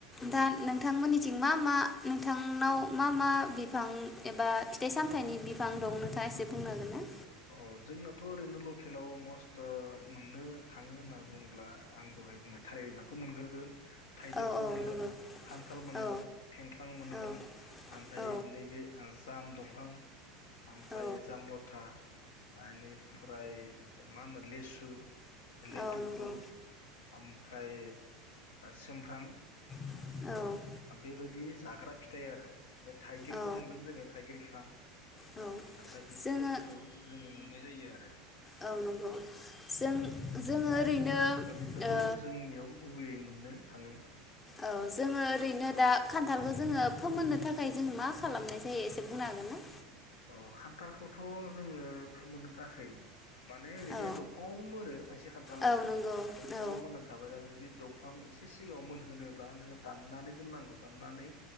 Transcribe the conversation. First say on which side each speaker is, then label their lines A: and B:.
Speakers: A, on the left (about 25°); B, on the left (about 75°).
A: दा
B: बेबायदि
A: नोंथांमोननिथिं मा मा नोंथांनाव मा मा
B: अ
A: बिफां एबा फिथाइ सामथाइनि बिफां दं नोंथाङा एसे बुंनो हागोन ना?
B: अ जोंनाथ' ओरैनो लकेलाव मस्थ' मोननो थाङो होनना बुङोब्ला आं दहाय बुंनाय थालिर बिफांखौ मोनग्रोगोन। थाइजौखौ
A: औ औ
B: मोनगोन,
A: नंगौ
B: खान्थाल मोनगोन,
A: औ
B: थेंख्लां मोनगोन
A: औ
B: ओमफ्राय
A: औ
B: नैबे आ जाम दं थां। ओमफाय
A: औ
B: जाम लथा। आनिफ्राय मा होनो लेसु। लेटुखु।
A: औ नंगौ
B: ओमफ्राय सोमफ्रां।
A: औ।
B: बेबायदि जाग्रा फिथाइ आरो ओमफ्राय थाइगिरखौ
A: औ
B: मोनगोन जोङो थाइगिर बिफां।
A: जोङो
B: दा बेफोरबायदिखौ जोङो मोननाय। जायो आरो।
A: औ नंगौ जों जोङो ओरैनो
B: दा बेफोरखौ
A: ओ।
B: जोंनियाव गुबैयै मोननो थाङो।
A: औ जोङो ओरैनो दा खान्थालखौ जोङो फोमोननो थाखाय जों मा खालामनाय जायो एसे बुंनो हागोन ना।
B: अ खान्थालखौथ' जोङो फोमोननो थाखाय माने ओरैनो
A: औ
B: दंफाङावबो मोनो खायसे खान्थाला
A: औ नंगौ
B: दंफाङावबो
A: औ
B: मोननानै थाबाय दा जुदि दं। बिफां एसे सिगाङाव मोनहोनोब्ला नोङो दाननानै दोननांगौ दाननानै